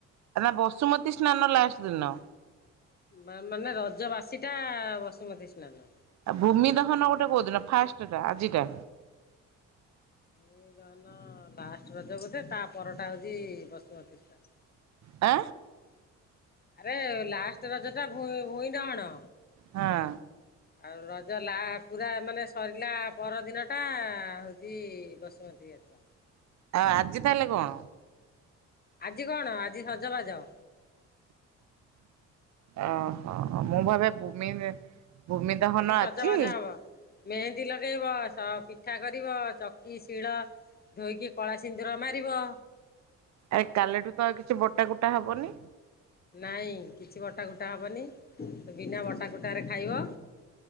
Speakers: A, on the right (about 65°); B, on the left (about 30°).
A: ଆ ବସୁମତୀ ସ୍ନାନ ଲାଷ୍ଟ ଦିନ।
B: ବା ମାନେ ରଜ ବାସିଟା ବସୁମତୀ ସ୍ନାନ।
A: ଆଉ ଭୂମି ଦହନ ଗୋଟେ କୋଉଦିନ ଫାଷ୍ଟଟା ଆଜିଟା
B: ଭୂମିଦହନ ଲାଷ୍ଟ ରଜ ବୋଧେ ତା ପରଟା ହେଉଛି ବସୁମତୀ ସ୍ନାନ।
A: ଆ
B: ଆରେ ଲାଷ୍ଟ ରଜଟା ଭଁ ଭୁଇଁ ଦହଣ।
A: ହଁ।
B: ଆଉ ରଜ ଲା ପୁରା ମାନେ ସରିଲା ପରଦିନ ଟା ହଉଛି ବସି ମତି ଗାଧୁଆ।
A: ଆଉ ଆଜି ତାହେଲେ କଣ?
B: ଆଜି କଣ ଆଜି ସଜବାଜ।
A: ଓହୋ ମୁଁ ଭାବେ ଭୂମି ଭୂମି ଦହନ
B: ସଜବାଜ
A: ଆଜି?
B: ହବ। ମେହେନ୍ଦୀ ଲଗାଇବ ପିଠା କରିବ ଚକି ଶିଳ ଧୋଇକି କଳା ସିନ୍ଦୁର ମାରିବ।
A: ଆରେ କାଲିଠୁ ତ ଆଉ କିଛି ବଟା କୁଟା ହେବନି?
B: ନାଇଁ କିଛି ବଟା କଟା ହବନି ତ ବିନା ବଟା କଟ ରେ ଖାଇବ।